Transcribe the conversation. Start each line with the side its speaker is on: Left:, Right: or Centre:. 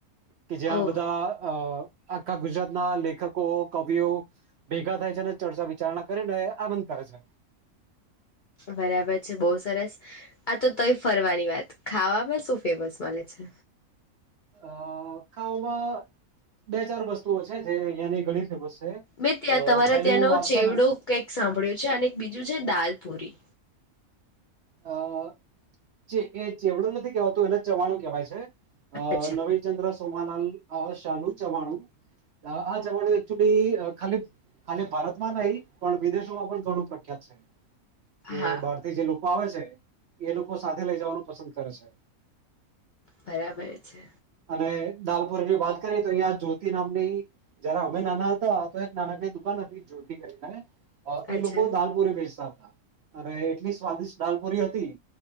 Right: કે જ્યાં
Left: ઓહો
Right: બધા અ આખા ગુજરાતના લેખકો, કવિઓ ભેગા થાય છે ને ચર્ચા વિચારણા કરીને આનંદ કરે છે.
Left: બરાબર છે બહુ સરસ, આ તો તોય ફરવાની વાત ખાવામાં શું ફેમસ મલે છે?
Right: અ ખાવામાં બે ચાર વસ્તુઓ છે જે અહિયાંની ઘણી ફેમસ છે અ
Left: મેં ત્યાં તમારા
Right: પેલી
Left: ત્યાંનો
Right: હું વાત
Left: ચેવડો
Right: કરું
Left: કંઈક સાંભળ્યું છે અને બીજું છે દાલ પૂરી
Right: અ ચે એ ચેવડું નથી કેવાતું એને ચવાણું કેહવાય છે. અ
Left: અચ્છા
Right: નવીચંદ્ર સોમાલાલ હા, શાનું ચવાણું? અચ્છા વળી એક ચુ લી ખાલી ભારતમાં નહીં પણ વિદેશોમાં પણ ઘણું પ્રખ્યાત છે. કે
Left: હા
Right: ભારતીય જે લોક આવે છે એ લોકો સાથે લઈ જવાનું પસંદ કરે છે.
Left: બરાબર છે.
Right: અને દાલપોર વાત કરી તો અહં જ્યોતિ નામની જયારા અમે નાના હતા તો એક નાના કઈ દુકાન હતી જતિ કરીને અ એ
Left: અચ્છા
Right: લોકો દાલપુરી બેચતા અરે એટલી સ્વાદિષ્ટ દાલપોરી હતી